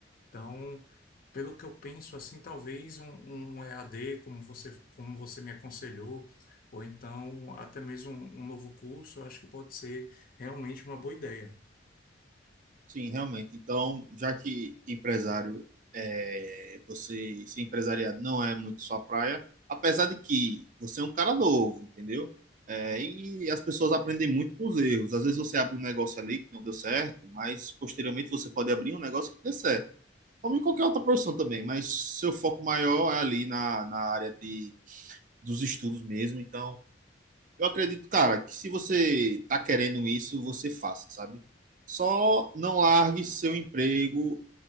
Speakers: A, on the left; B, on the right.
A: Então, pelo que eu penso, assim, talvez um, um EAD, como você, como você me aconselhou, ou então até mesmo um, um novo curso, eu acho que pode ser realmente uma boa ideia.
B: Sim, realmente. Então, já que empresário, é, você ser empresariado não é muito sua praia, apesar de que você é um cara novo, entendeu? É, e as pessoas aprendem muito com os erros. Às vezes você abre um negócio ali que não deu certo, mas posteriormente você pode abrir um negócio que dê certo. Como em qualquer outra profissão também, mas seu foco maior é ali na, na área de, dos estudos mesmo. Então, eu acredito, cara, que se você tá querendo isso, você faça, sabe? Só não largue seu emprego